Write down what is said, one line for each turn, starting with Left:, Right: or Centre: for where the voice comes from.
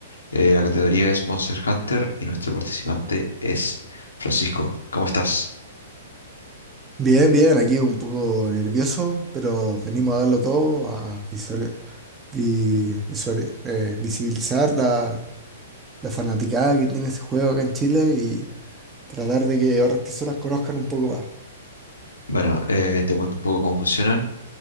Left: Eh, la categoría es Monster Hunter y nuestro participante es Francisco. ¿Cómo estás?
Right: Bien, bien, aquí un poco nervioso, pero venimos a darlo todo, a visual- vi- visual- eh, visibilizar la, la fanaticada que tiene ese juego acá en Chile y tratar de que otras personas conozcan un poco más.
Left: Bueno, eh, te cuento un poco cómo funcionan.